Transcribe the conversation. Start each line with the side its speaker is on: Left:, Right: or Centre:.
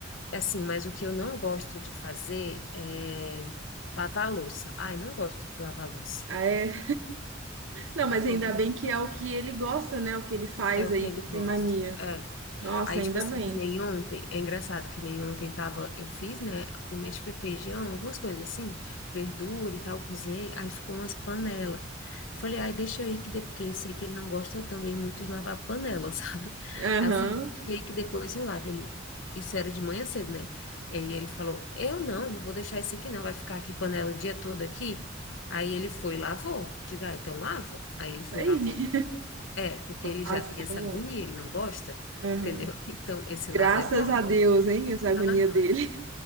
Left: Assim, mas o que eu não gosto de fazer é lavar a louça. Ai, não gosto de lavar a louça.
Right: Ah, é. Não,
Left: Não
Right: mas
Left: sou
Right: ainda
Left: da.
Right: bem que é o que ele gosta, né? O que ele faz
Left: É o
Right: aí,
Left: que ele
Right: que ele
Left: gosta.
Right: tem mania.
Left: É.
Right: Nossa,
Left: Aí,
Right: ainda
Left: tipo assim,
Right: bem.
Left: que nem ontem, é engraçado que nem ontem tava, eu fiz, né? O mexe foi feijão, algumas coisas assim, verdura e tal, cozinhei, aí ficou umas panelas. Falei, ai, deixa aí que depois, porque eu sei que ele não gosta também muito de lavar panela, <laughs> sabe?
Right: Aham.
Left: Aí eu falei, deixa aí que depois eu lavo. Ele, isso era de manhã cedo, né? E ele falou, eu não, não vou deixar isso aqui não, vai ficar aqui panela o dia todo aqui. Aí ele foi e lavou. Diga, ah, então lava. Aí ele foi,
Right: Aí.
Left: lavou é, porque
Right: <laughs>
Left: ele
Right: Assim,
Left: já tem essa
Right: eu não-
Left: agonia, ele não gosta,
Right: aham.
Left: entendeu? Então, esse
Right: Graças
Left: lado é bom,
Right: a Deus,
Left: né?
Right: hein? Essa agonia
Left: Aham.
Right: dele.